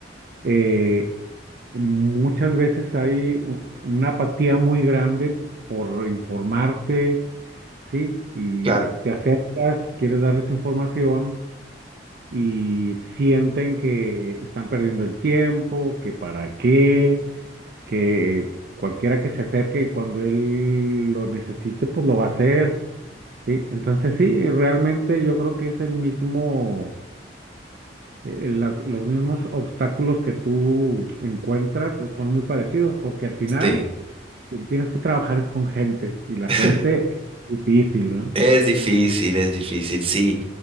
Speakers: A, on the right; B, on the right.
A: eh, muchas veces hay u- una apatía muy grande por informarte, ¿sí? Y
B: Claro,
A: te acercas, quieres darles información y sienten que están perdiendo el tiempo, que para qué, que cualquiera que se acerque y cuando él lo necesite, pues lo va a hacer. Sí, entonces sí, eh, realmente yo creo que es el mismo, eh, las- los mismos obstáculos que tú encuentras eh, son muy parecidos, porque al final
B: sí.
A: quien tienes que trabajar es con gente y la
B: <laughs>
A: gente es difícil, ¿no?
B: Es difícil, es difícil, sí.